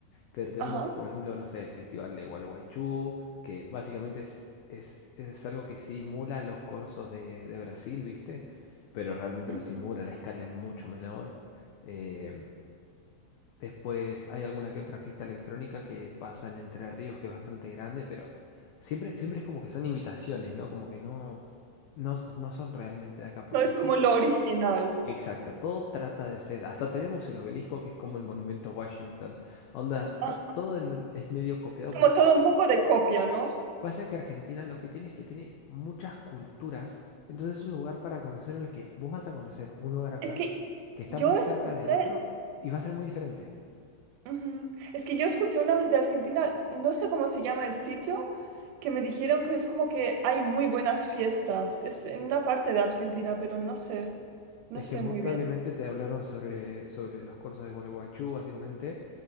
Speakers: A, on the left; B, on the right.
A: Pero tenemos,
B: Ajá.
A: por ejemplo, no sé, el Festival de Gualeguaychú, que básicamente es, es, es algo que simula los corsos de, de Brasil, ¿viste? Pero realmente
B: Ujú.
A: lo simula, la escala es mucho menor. Em, después hay alguna que otra fiesta electrónica que pasa en Entre Ríos, que es bastante grande, pero siempre, siempre es como que son imitaciones, ¿no? Como que no, no, no son realmente de acá, porque
B: No es como
A: siento
B: lo original.
A: Exacto, todo trata de ser. Hasta tenemos el obelisco que es como el monumento a Washington. Onda,
B: Ah,
A: to- todo en- es medio copiado
B: es como
A: porque
B: todo un poco de copia, ¿no?
A: pasa que Argentina lo que tiene es que tiene muchas culturas. Entonces es un lugar para conocer en el que vos vas a conocer un lugar acá
B: Es que
A: que está
B: yo
A: muy cerca
B: escuché,
A: de otro y va a ser muy diferente.
B: Ujú. Es que yo escuché una vez de Argentina, no sé cómo se llama el sitio, que me dijeron que es como que hay muy buenas fiestas. Es en una parte de Argentina, pero no sé, no
A: Es
B: sé
A: que muy
B: muy
A: probablemente
B: bien.
A: te hablaron sobre, sobre los cursos de Gualeguaychú, básicamente,